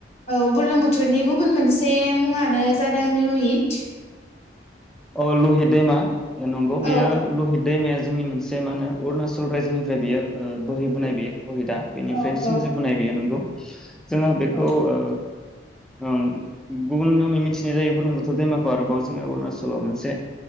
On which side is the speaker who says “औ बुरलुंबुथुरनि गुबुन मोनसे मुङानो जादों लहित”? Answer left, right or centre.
Left